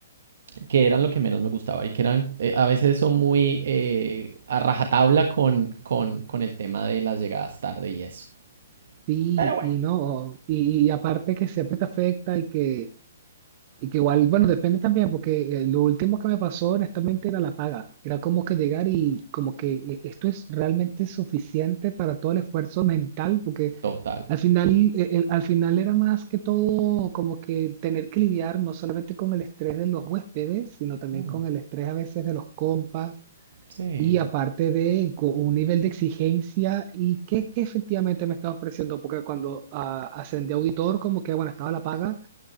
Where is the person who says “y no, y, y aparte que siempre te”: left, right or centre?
Right